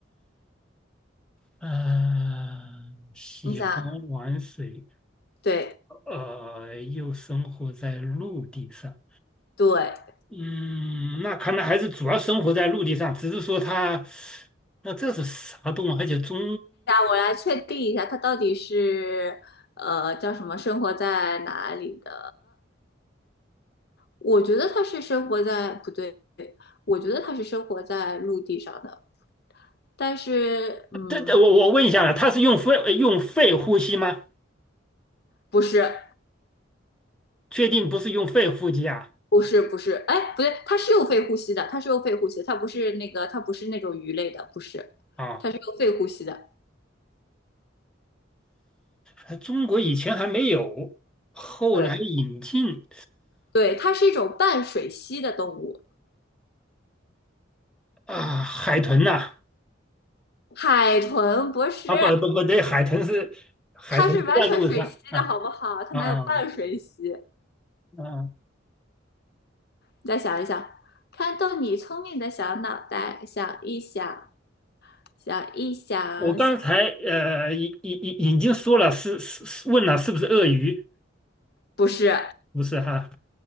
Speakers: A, in the centre; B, on the left.
A: 嗯、喜欢玩水，
B: 你想，对
A: 呃，又生活在陆地上。
B: 对。
A: 嗯，那看来还是主要生活在陆地上，只是说它，那这是啥动物？而且中，
B: 我来确定一下，它到底是呃叫什么？生活在哪里的？我觉得它是生活在不对，我觉得它是生活在陆地上的，但是嗯，
A: 这这我我问一下了，它是用肺呃用肺呼吸吗？
B: 不是，
A: 确定不是用肺呼吸啊？
B: 不是，不是，哎，不对，它是有肺呼吸的，它是有肺呼吸的它不是那个，它不是那种鱼类的，不是，
A: 啊，
B: 它是有肺呼吸的，
A: 呃中国以前还没有，后来引进
B: 对，对，它是一种半水栖的动物，
A: 啊，海豚呐、
B: 海豚博士，
A: 啊，不不不对，海豚是海豚不在陆上啊
B: 它是完全水栖的好不好？它哪有半水栖？
A: 啊啊！
B: 你再想一想，看动你聪明的小脑袋，想一想，想一想，
A: 我刚才呃已已已已经说了，
B: 想，
A: 是是是问了是不是鳄鱼？
B: 不是，
A: 不是哈？